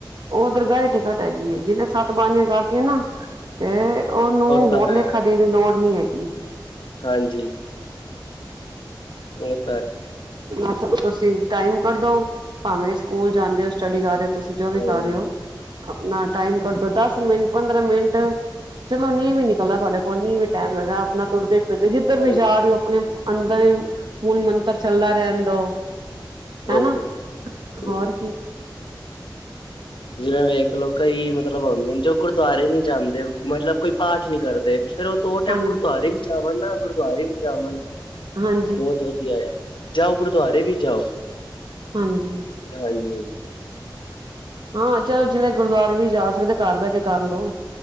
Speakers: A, on the right (about 65°); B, on the left (about 85°).
A: ਉਹ ਦਰਗਾਹ ਦੀ ਟਿਕਟ ਹੈਗੀ ਐ ਜਿਹਨੇ ਸੱਤ ਬਾਣੀਆਂ ਕਰਤੀਆਂ ਨਾ ਤੇ ਤੇ ਉਹਨੂੰ
B: ਉਹ ਤਾਂ
A: ਹੋਰ
B: ਹੈ
A: ਲੇਖਾ ਦੇਣ ਦੀ ਲੋੜ ਨੀ ਹੈਗੀ।
B: ਹਾਂਜੀ। ਅ <unintelligible>
A: ਅਛਾ ਤੁਸੀਂ ਟਾਈਮ ਕੱਢੋ, ਭਾਵੇਂ ਸਕੂਲ ਜਾਂਦੇ ਹੋ ਸਟੱਡੀ ਕਰ ਰਹੇ ਹੋ ਤੁਸੀਂ ਜੋ ਵੀ
B: ਹਾਂਜੀ
A: ਕਰ ਰਹੇ ਹੋ। ਆਪਣਾ ਟਾਈਮ ਕੱਢੋ ਦਸ ਮਿੰਟ, ਪੰਦਰਾਂ ਮਿੰਟ ਚਲੋ ਨੀਂਹ ਵੀ ਨਿਕਲਦਾ ਤੁਹਾਡੇ ਕੋਲ, ਨੀਹ ਵੀ ਟਾਈਮ ਹੇਗਾ ਆਪਣਾ ਤੁਰਦੇ ਫਿਰਦੇ ਜਿੱਧਰ ਵੀ
B: ਹਾਂਜੀ
A: ਜਾ ਰਹੇ ਹੋ ਆਪਣੇ ਅੰਦਰ ਮੂਲ ਮੰਤਰ ਚੱਲਦਾ ਰਹਿਣ ਦੋ,
B: ਉਹ
A: ਹਨਾ
B: ਤਾਂ ਹੈ ਹਮ
A: ਹੋਰ ਕੀ।
B: ਜਿਵੇਂ ਵੇਖਲਓ ਕਈ ਮਤਲਬ ਹੁਉਂਦੇ ਨੇ ਜੋ ਗੁਰਦੁਆਰੇ ਨੀ ਜਾਂਦੇ ਮਤਲਬ ਕੋਈ ਪਾਠ ਨਹੀ ਕਰਦੇ ਫੇਰ ਉਹ ਦੋ ਟਾਈਮ
A: ਹਾਂਜੀ
B: ਗੁਰਦੁਆਰੇ ਵੀ ਜਾਵਣ ਨਾ, ਗੁਰਦੁਆਰੇ ਵੀ ਜਾਵਣ
A: ਹਾਂਜੀ
B: ਬਹੁਤ ਵਧੀਆ ਆ। ਜਾਓ ਗੁਰਦੁਆਰੇ ਵੀ ਜਾਓ,
A: ਹਾਂਜੀ
B: ਹਾਂਜੀ।
A: ਹਾਂ, ਚਲੋ ਜਿਹੜੇ ਗੁਰਦੁਆਰੇ ਨੀ ਜਾ ਸਕਦੇ ਕਾਰ ਬਹਿ ਕੇ ਕਰ ਲਓ।